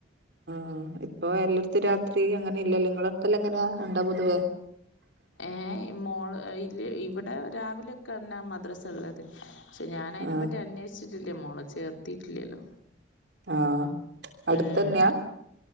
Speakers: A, on the right (about 60°); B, on the left (about 80°).
A: ആഹ് ഇപ്പോ എല്ലാടത്തും രാത്രി അങ്ങനെ ഇല്ലല്ലോ നിങ്ങളുടുത്തല്ലാം എങ്ങനെയാ ഉണ്ടാ പൊതുവേ
B: ഏഹ് മോള് ഇൽ ഇവിടെ രാവിലക്കെന്നാ മദ്രസ ള്ളത് ക്ഷേ ഞാ അയിനെ
A: ആഹ്
B: പറ്റി അന്വേഷിച്ചിട്ടില്ല മോളേ ചേർത്തിട്ടില്ലല്ലോ
A: ആഹ് അടുത്തന്നെയാ
B: ഉം